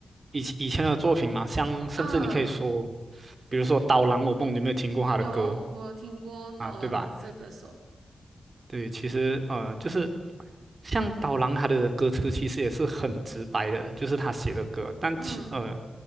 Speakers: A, on the right; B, on the right.
A: 以前以前的作品嘛，像甚至你可以说，
B: 嗯，
A: 比如说《刀郎我梦》，你有没有听过他的歌
B: 有，我有听过刀郎这个手，
A: 啊？对吧？对，其实呃，就是像刀郎他的歌词其实也是很直白的，就是他写的歌，但其呃，
B: 嗯